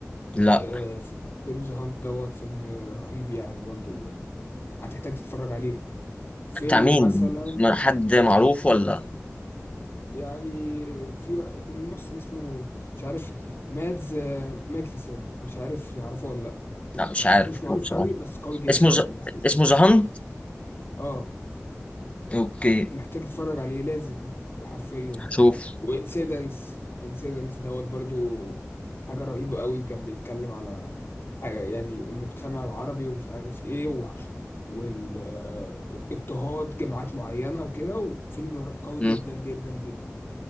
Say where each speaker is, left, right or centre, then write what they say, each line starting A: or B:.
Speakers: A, on the left; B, on the left.
A: لا
B: آه، ف- فيلم ذا هانت دوت فيلم رهيب يعني برضو هتحتاج تتفرج عليه فيلم
A: بتاع مين
B: مثلا
A: ما- حد معروف ولا
B: يعني في واحد ممثل اسمه مش عارف مادز آه، مايكلسن مش عارف تعرفه ولا لا
A: لا مش
B: بس
A: عارف
B: هو مش معروف
A: هو بصراحه
B: قوي بس قوي جدا
A: اسمه
B: يعني
A: ز...
B: الحقيقة
A: اسمه زهان
B: اه
A: اوكي
B: محتاج تتفرج عليه لازم بحرفيا
A: هشوف
B: وانسيدنس انسيدنس دوت برضو حاجة رهيبة قوي كان بيتكلم على حاجة- يعني المجتمع العربي ومش عارف ايه و... والاضطهاد جماعات معينة وكده وفيلم قوي
A: مم.
B: جدا جدا جدا